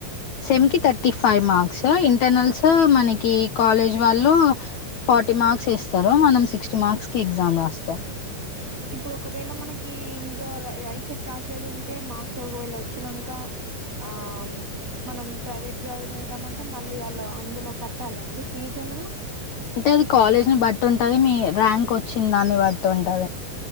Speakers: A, on the left; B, on the right.
A: సేమ్ కి థర్టీ ఫైవ్ మార్క్స్. ఇంటర్నల్స్ మనకి కాలేజ్ వాళ్ళు ఫార్టీ మార్క్స్ ఏస్తారు మనం సిక్స్టీ మార్క్స్ కి ఎగ్జామ్ రాస్తాం.
B: ఇప్పుడు ఒకవేళ మనకి ఇంద్లో ఐసెట్ రాసేది ఉంటే మార్క్స్ ఒకవేళ వచ్చినంకా ఆ మనం ప్రైవేట్ జాయిన్ అయిదామ అంటే మళ్ళీ అల్లో అందులో కట్టాలండి ఫీజు. ఎమన్నా.
A: అంటే అది కాలేజ్ ని బట్టి ఉంటది, మీ ర్యాంక్ వచ్చిన దాన్ని బట్టి ఉంటది.